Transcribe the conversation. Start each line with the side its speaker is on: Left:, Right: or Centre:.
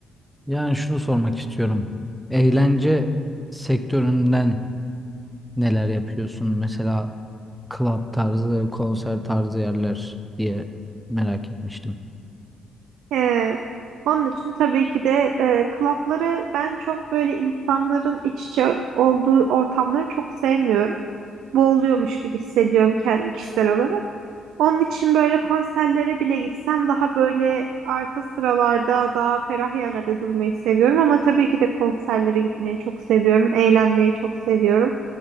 Centre: Yani şunu sormak istiyorum. Eğlence sektöründen neler yapıyorsun? Mesela club tarzı, konser tarzı yerler diye merak etmiştim.
Right: Ee, onun için tabii ki de e, klapları ben çok böyle insanların iç içe olduğu ortamları çok sevmiyorum. boğuluyormuş gibi hissediyorum kendim kişisel olarak. Onun için böyle konserlere bile gitsem daha böyle arka sıralarda daha ferah yerlerde durmayı seviyorum ama tabii ki de konserlere gitmeyi çok seviyorum. Eğlenmeyi çok seviyorum.